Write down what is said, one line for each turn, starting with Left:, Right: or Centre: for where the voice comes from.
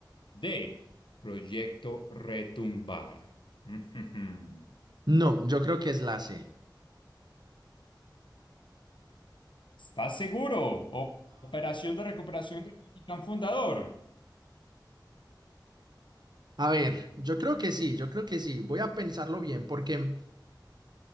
Left: D. Proyecto Retumbar. <laughs>
Right: No, yo creo que es la C.
Left: ¿Estás seguro? O- Operación de recuperación del Titán fundador.
Right: A ver, yo creo que sí, yo creo que sí. Voy a pensarlo bien porque